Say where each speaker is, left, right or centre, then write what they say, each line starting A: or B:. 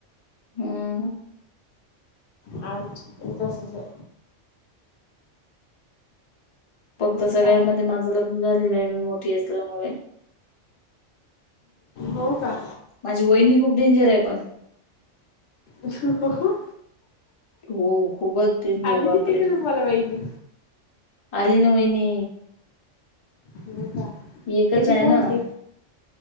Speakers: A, on the left; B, on the left.
A: हम्.
B: आमच पण तसच हाय.
A: फक्त
B: मस्त
A: सगळ्यामध्ये
B: आहे
A: माझं लग्न झालेलं आहे मी मोठी असल्यामुळे.
B: हो का.
A: माझी वहिणी खूप डेंजर आहे पण.
B: हो.
A: हो खूपच. डेंजर
B: आलेली
A: बापरे
B: आहे का तुम्हाला वहिनी.
A: आली ना वहिनी.
B: हो का?
A: एकच
B: कशी
A: आहे
B: बोलते
A: ना